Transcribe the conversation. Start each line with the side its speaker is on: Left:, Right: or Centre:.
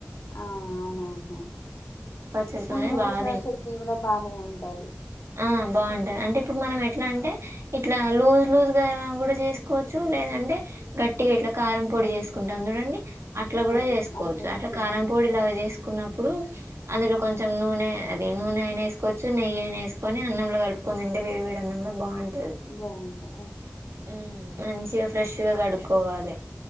Left: ఆ అవునవును
Right: పచ్చడితోనే
Left: పుదీనా
Right: బాగా
Left: పచ్చడ చట్నీ కూడా బానే ఉంటాది
Right: అ బావుటది అంటే ఇప్పుడు మనం ఎట్లా అంటే ఇట్లా లూజ్ లూజ్గా కూడా చేసుకోవచ్చు లేదంటే గట్టిగా
Left: ఇంకా
Right: ఇట్లా కారం పొడి చేసుకుంటాం జుడండి అట్లా
Left: మ్మ్.
Right: కూడా చేసుకోవచ్చు
Left: కూడా
Right: అట్లా
Left: చేసుకోవచ్చు
Right: కారం పొడిలాగ చేసుకున్నప్ అందులో కొంచం నూనె అది నూనైనా ఏసుకోవచ్చు నెయ్యి అయిన వేసుకొని అన్నంలో కలుపుకొని తినొచ్ వేడి వేడి అన్నంలో బావుటది
Left: బావుంటా
Right: మ్ మంచిగా ఫ్రెష్ గా కడుక్కోవాలి